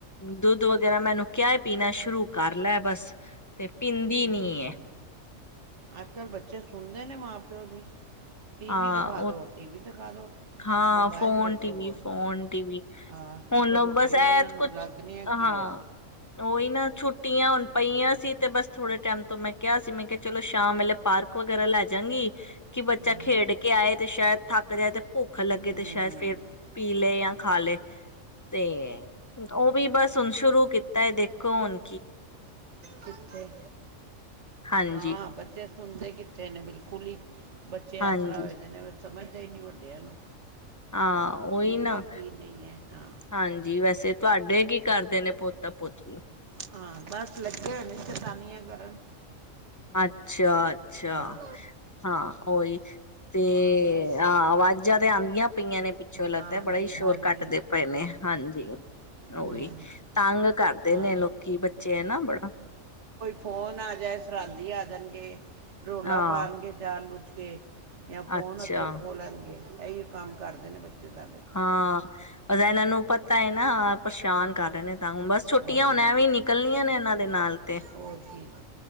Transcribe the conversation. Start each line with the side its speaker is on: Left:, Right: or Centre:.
Left: ਦੁੱਧ ਵਗੈਰਾ ਮੈਨੂੰ ਕਿਆ ਪੀਣਾ ਸ਼ੁਰੂ ਕਰ ਲੈ ਬਸ ਤੇ ਪੀਂਦੀ
Right: ਹਮ
Left: ਨੀ ਐ-
Right: ਅੱਜ ਕੱਲ੍ਹ ਬੱਚੇ ਸੁਣਦੇ ਨੇ ਮਾਂ ਪਿਓ ਦੀ ਟੀਵੀ
Left: ਹਾਂ
Right: ਦਿਖਾ
Left: ਉਹ
Right: ਦਿਓ ਟੀਵੀ ਦਿਖਾ ਦਿਓ
Left: ਹਾਂ
Right: ਮੋਬਾਈਲ
Left: ਫੋਨ
Right: ਦੇ ਦਿਓ
Left: ਟੀ ਵੀ, ਫੋਨ ਟੀ ਵੀ
Right: ਹਾਂ
Left: ਹੁਣ
Right: ਤੇ ਰੋਟੀਆਂ
Left: ਬਸ ਐ
Right: ਇਹਨਾਂ ਨੂੰ
Left: ਕੁਛ
Right: ਲੱਗਦੀਆਂ
Left: ਹਾਂ,
Right: ਕੀ ਹੈ
Left: ਉਹੀ ਨਾ ਛੁ ਛੁੱਟੀਆਂ ਹੁਣ ਪਈਆਂ ਸੀ ਤੇ ਬਸ ਥੋੜੇ ਟਾਈਮ ਤੋਂ ਮੈਂ ਕਿਹਾ ਸੀ ਮੈਂ ਕਿਹਾ ਚਲੋ ਸ਼ਾਮ ਵੇਲੇ ਪਾਰਕ ਵਗੈਰਾ ਲੈ ਜਾਗੀ ਕਿ ਬੱਚ
Right: ਹਾਂ,
Left: ਬਚਾ ਖੇਡ ਕੇ ਆਏ ਤੇ ਸ਼ਾਇਦ ਥੱਕ ਜਾ ਤੇ ਭੁੱਖ ਲੱਗੇ
Right: ਹਮ
Left: ਤੇ ਸ਼ਾਇਦ ਫੇਰ ਪੀ ਲਏ, ਯਾ ਖਾ ਲੈ ਤੇ ਉਹ ਵੀ ਬਸ ਹੁਣ ਸ਼ੁਰੂ ਕੀਤਾ ਦੇਖ ਕੋਣ
Right: ਕਿਥੇ
Left: ਹਾਂਜੀ
Right: ਹਾਂ ਬੱਚੇ ਸੁਣਦੇ ਕਿੱਥੇ ਨੇ ਬਿਲਕੁਲ ਹੀ ਬੱਚੇ
Left: ਹਾਂਜੀ
Right: ਇਸ ਤਰ੍ਹਾਂ ਹੋਏ ਦੇ ਨੇ ਸਮਝਦਾ ਹੀ ਨਹੀਂ ਵੱਡਿਆਂ ਨੂੰ
Left: ਹਾਂ, ਉਹੀ
Right: ਕੀ
Left: ਨਾ
Right: ਹੈ ਕੀ ਨਹੀਂ ਹੈ ਹਾਂ
Left: ਹਾਂਜੀ ਵੈਸੇ ਤੁਹਾਡੇ ਤੁਹਾਡੇ ਕੀ ਕਰਦੇ ਨੇ ਪੋਤਾ, ਪੋਤੀ
Right: ਹਾਂ, ਬਸ ਲੱਗੇ ਹੋਣੇ ਨੇ ਸੈ਼ਤਾਨੀਆਂ ਕਰਨ
Left: ਅੱਛਾ ਅੱਛਾ
Right: ਹਾਂ
Left: ਹਾਂ, ਉਹੀ ਤੇ
Right: ਹਾਂ ਬਸ
Left: ਆ ਆਵਾਜ਼ਾਂ ਤੇ ਆਉਂਦੀਆਂ ਪਈਆਂ ਨੇ ਪਿੱਛੋਂ ਲੱਗਦਾ
Right: ਹਾਂਜੀ
Left: ਬੜਾ ਹੀ
Right: ਹਾਂਜੀ
Left: ਸ਼ੋਰ ਕੱਟਦੇ ਪਏ, ਨੇ ਹਾਂਜੀ ਓਹੀ
Right: ਹੂੰ
Left: ਤੰਗ ਕਰਦੇ
Right: ਹਾਂ
Left: ਨੇ ਲੋਕੀ ਬੱਚੇ ਨਾ ਬੜਾ
Right: ਫ਼ੋਨ ਆ ਜਾਏ, ਸਰਾਂਦੀ ਆ ਜਾਣਗੇ ਰੋਲਾ
Left: ਹਾਂ
Right: ਪਾਉਣਗੇ ਜਾਨ ਬਜ ਕੇ ਜਾਂ, ਫੋਨ
Left: ਅੱਛਾ-ਅੱਛਾ
Right: ਹੱਥੋਂ ਖੋਲ ਲੈਣਗੇ ਇਹੳ, ਕੰਮ ਕਰਦੇ ਨੇ ਬੱਚੇ ਤਾਂ
Left: ਹਾਂ ਇਹ ਨੂੰ ਪਤਾ ਹੈ ਨਾ ਪਰੇਸ਼ਾਨ ਕਰ ਰਹੇ ਨੇ ਤੰਗ, ਬਸ ਛੁੱਟੀਆਂ
Right: ਹਾਂ
Left: ਹੁਣ ਐ ਵੀ ਨਿਕਲਣੀਆਂ ਨੇ ਇਹਨਾਂ ਤੇ ਨਾਲ ਤੇ,
Right: ਹੋਰ ਕੀ